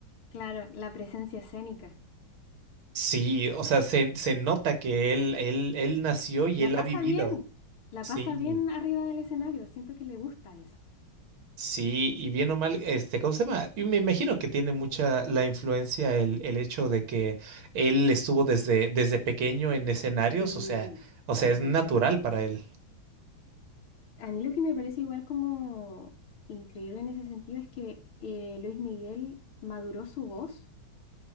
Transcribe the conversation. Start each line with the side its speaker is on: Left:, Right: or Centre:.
Left: Claro, la presencia escénica.
Right: Sí, o sea, se, se nota que él, él, él nació y
Left: La
Right: él
Left: pasa
Right: ha vivido.
Left: bien, la
Right: Sí,
Left: pasa bien arriba del escenario, siento que le gusta eso.
Right: sí, y bien o mal, este, ¿cómo se llama? Y me imagino que tiene mucha la influencia el, el hecho de que él estuvo desde, desde pequeño en escenarios,
Left: Sí,
Right: o sea, o sea,
Left: Es
Right: es
Left: verdad.
Right: natural para él.
Left: A mí lo que me parece igual como increíble en ese sentido es que eh, Luis Miguel maduró su voz